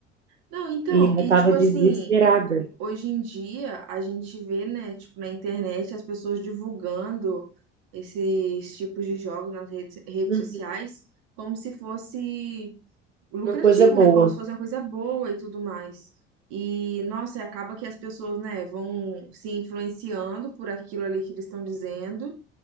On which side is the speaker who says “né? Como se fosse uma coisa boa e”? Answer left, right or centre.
Right